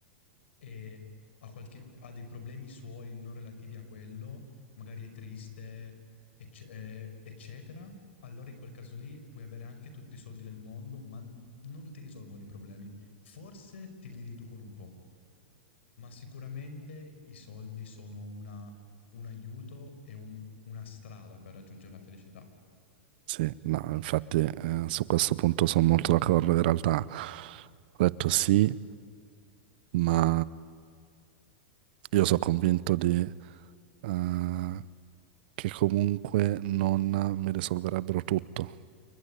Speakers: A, on the left; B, on the right.
A: e ha, qualche- ha dei problemi suoi non relativi a quello, magari è triste, ecce- eh, eccetera, allora in quel caso lì puoi avere anche tutti i soldi del mondo, ma n- non ti risolvono i problemi. Forse te li riducono un po', ma sicuramente i soldi sono una- un aiuto e un- una strada per raggiungere la felicità.
B: Sì, no, infatti eh, su questo punto sono molto d'accordo. In realtà ho detto sì, ma... Io sono convinto di, eh, che comunque non mi risolverebbero tutto.